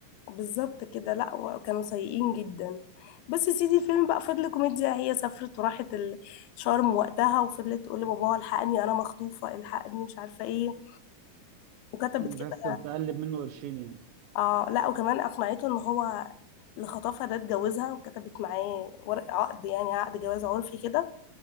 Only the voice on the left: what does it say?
بالظبط كده لا و- كانوا سيئين جدا بس يا سيدي الفيلم بقى فضل كوميديا هي سافرت وراحت ال- شرم وقتها وفضلت تقول لباباها الحقني انا مخطوفه الحقني مش عارفه ايه وكتبت كده
اه لا وكمان اقنعته ان هو اللي خطفها ده اتجوزها وكتبت معاه ورق عقد يعني عقد جواز عرفي كده